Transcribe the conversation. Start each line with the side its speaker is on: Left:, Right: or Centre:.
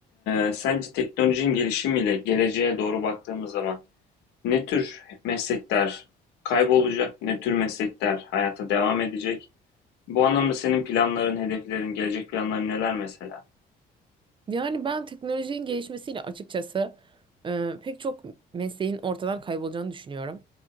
Left: e, sence teknolojinin gelişimiyle geleceğe doğru baktığımız zaman ne tür meslekler kaybolacak, ne tür meslekler hayata devam edecek? Bu anlamda senin planların, hedeflerin, gelecek planların neler mesela?
Right: Yani ben teknolojinin gelişmesiyle açıkçası e, pek çok mesleğin ortadan kaybolacağını düşünüyorum.